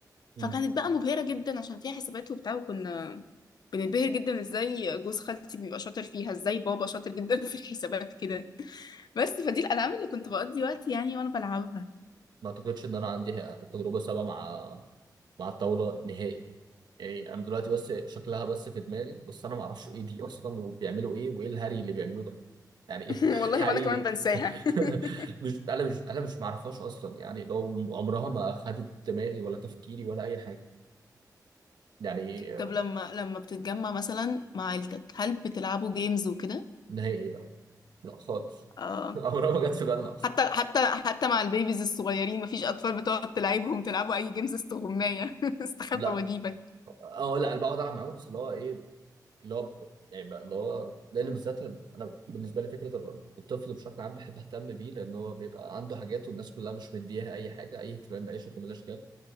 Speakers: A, on the right; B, on the left.
A: مم.
B: فكانت بقى مبهرة جدا عشان فيها حسابات وبتاع وكنا بننبهر جدا ازاي جوز خالتي بيبقى شاطر فيها ازاي بابا شاطر جدا <laughs> في الحسابات كده بس فدي الألعاب اللي كنت بقضي وقتي يعني وانا بلعبها
A: ما اعتقدش ان انا عندي تجربه سابقه مع مع الطاوله نهائي يعني انا دلوقتي بس شكلها بس في دماغي بس انا ما اعرفش ايه دي اصلا وبيعملوا ايه وايه الهري اللي بيعملوه ده يعني إيه؟
B: <laughs>
A: <laughs>
B: والله
A: حقيقي
B: وانا كمان بنساها
A: <laughs>
B: <laughs>
A: مش انا مش انا مش معرفهاش اصلا يعني لو عمرها ما اخدت دماغي ولا تفكيري ولا اي حاجه يعني
B: طب
A: آه،
B: لما لما بتتجمع مثلا مع عيلتك هل بتلعبوا جيمز وكده؟
A: نهائي لا لا خالص
B: آه
A: <laughs> عمرها ما جت في بالنا اصلا
B: حتى حتى حتى مع البيبيز الصغيرين مفيش أطفال بتقعد تلعبهم تلعبوا أي جيمز استغماية <laughs> استخبى
A: لا
B: وأجيبك
A: اه لا انا بقعد العب معاهم بس اللي هو ايه اللي هو يعني بقى اللي هو لان بالذات انا بالنسبه لي فكره الطفل بشكل عام بحب اهتم بيه لان هو بيبقى عنده حاجات والناس كلها مش مديها اي حاجه اي اهتمام باي شكل من الاشكال